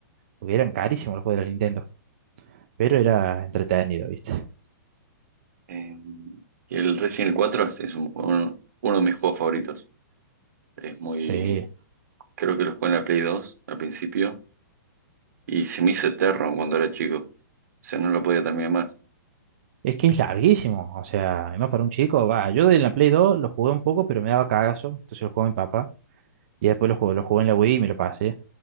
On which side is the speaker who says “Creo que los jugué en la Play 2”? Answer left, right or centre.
Right